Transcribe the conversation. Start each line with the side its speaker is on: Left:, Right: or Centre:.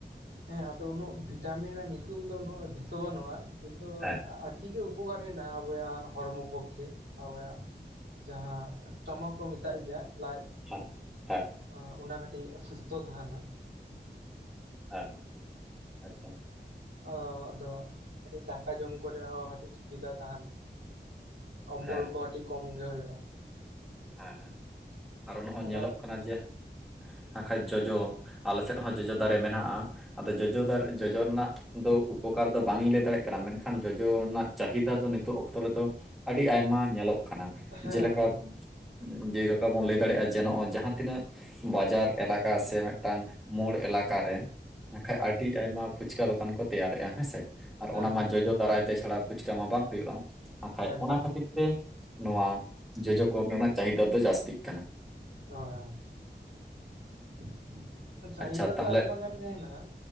Right: ᱦᱮᱸ ᱟᱫᱚ ᱩᱱᱟᱹᱜ ᱵᱷᱤᱴᱟᱢᱤᱱ ᱨᱮᱱᱟᱜ ᱧᱩᱛᱩᱢ ᱫᱚ ᱫᱤᱥᱟ. ᱵᱟᱹᱱᱩᱜᱼᱟ ᱠᱤᱱᱛᱩ
Centre: ᱦᱮᱸ
Right: ᱟᱹᱰᱤ ᱜᱮ ᱩᱯᱚᱠᱟᱨ ᱦᱮᱱᱟᱜ-ᱟ ᱟᱵᱚᱭᱟᱜ ᱦᱚᱲᱢᱚ ᱯᱚᱠᱠᱷᱮ ᱟᱵᱚᱭᱟᱜ ᱡᱟᱦᱟᱸ ᱴᱟᱢᱟᱠ ᱠᱚ ᱢᱮᱛᱟᱜ ᱜᱮᱭᱟ ᱞᱟᱡ
Centre: ᱦᱮᱸ ᱦᱮᱸ
Right: ᱟᱸ ᱚᱱᱟ ᱠᱟᱹᱴᱤᱡ ᱥᱩᱥᱛᱷᱚ ᱛᱟᱦᱮᱸᱱᱟ᱾
Centre: ᱦᱮᱸ ᱟᱪᱪᱷᱟ
Right: ᱚ ᱟᱫᱚ ᱟ. ᱰᱤ ᱫᱟᱠᱟ ᱡᱚᱢ ᱠᱚᱨᱮ ᱦᱚᱸ ᱦᱟᱹᱴᱤᱡ ᱥᱩᱵᱤᱫᱷᱟ ᱛᱟᱦᱮᱱᱟ᱾ ᱚᱢᱵᱚᱞ
Centre: ᱦᱮᱸ
Right: ᱠᱚ ᱟᱹᱰᱤ ᱠᱚᱢ ᱜᱮ ᱦᱩᱭᱩᱜᱼᱟ᱾
Centre: ᱦᱮᱸ ᱟᱨᱦᱚ ᱱᱚᱜ-ᱚᱭ
Right: ᱚᱱᱟ
Centre: ᱧᱮᱞᱚᱜ ᱠᱟᱱᱟ ᱡᱮ ᱟᱠᱷᱟᱡ ᱡᱚᱡᱚ ᱟᱞᱮ ᱥᱮᱫ ᱦᱚᱸ ᱡᱚᱡᱚ ᱫᱟᱨᱮ ᱢᱮᱱᱟᱜᱼᱟ ᱟᱫᱚ ᱡᱚᱡᱚ ᱫᱟᱨᱮ, ᱡᱚᱡᱚ ᱨᱮᱱᱟᱜ ᱫᱚ ᱩᱯᱚᱠᱟᱨ ᱫᱚ ᱵᱟᱝ ᱤᱧ ᱞᱟᱹᱭ ᱫᱟᱲᱮᱭᱟᱜ ᱠᱟᱱᱟ ᱢᱮᱱᱠᱷᱟᱱ ᱡᱚᱡᱚ ᱨᱮᱱᱟᱜ ᱪᱟᱦᱤᱫᱟ ᱫᱚ ᱱᱤᱛᱚᱜ ᱚᱠᱛᱚ ᱨᱮᱫᱚ ᱟᱹᱰᱤ ᱟᱭᱢᱟ ᱧᱮᱞᱚᱜ ᱠᱟᱱᱟ᱾
Right: ᱦᱮᱸ
Centre: ᱡᱮᱞᱮᱠᱟ ᱩᱸ ᱡᱮᱞᱮᱠᱟ ᱵᱚᱱ ᱞᱟᱹᱭ ᱫᱟᱲᱮᱭᱟᱜᱼᱟ ᱡᱮ ᱱᱚᱭ-ᱚ ᱡᱟᱦᱟᱸ ᱛᱤᱱᱟᱹᱜ ᱵᱟᱡᱟᱨ ᱮᱞᱟᱠᱟ ᱥᱮ ᱢᱮᱫᱴᱟᱝ ᱢᱳᱲ ᱮᱞᱟᱠᱟ ᱨᱮᱱ, ᱮᱠᱷᱟᱡ ᱟᱹᱰᱤ ᱟᱭᱢᱟ ᱯᱷᱩᱪᱠᱟ. ᱫᱚᱠᱟᱱ ᱠᱚ ᱛᱮᱭᱟᱨᱮᱜᱼᱟ, ᱦᱮᱸ ᱥᱮ᱾ ᱟᱨ
Right: ᱦᱮᱸ
Centre: ᱚᱱᱟ ᱢᱟ ᱡᱚᱡᱚ ᱫᱟᱨᱟᱭ ᱛᱮ ᱪᱷᱟᱲᱟ ᱯᱷᱩᱪᱠᱟ ᱢᱟ ᱵᱟᱝ ᱦᱩᱭᱩᱜᱼᱟ᱾ ᱟᱠᱷᱟᱡ
Right: ᱦᱮᱸ ᱮᱠᱫᱚᱢ
Centre: ᱚᱱᱟ ᱠᱷᱟᱹᱛᱤᱨ ᱛᱮ ᱱᱚᱣᱟ ᱡᱚᱡᱚ ᱠᱚ ᱨᱮᱱᱟᱜ ᱪᱟᱦᱤᱫᱟ ᱫᱚ ᱡᱟᱹᱥᱛᱤᱜ ᱠᱟᱱᱟ᱾
Right: ᱦᱚ ᱦᱮᱸ᱾ ᱪᱟᱹᱟᱦᱤᱫᱟ
Centre: ᱟᱪᱪᱷᱟ ᱛᱟᱦᱚᱞᱮ
Right: ᱫᱚ ᱟᱭᱢᱟ ᱜᱟᱱ ᱜᱮ ᱦᱮᱱᱟᱜᱼᱟ,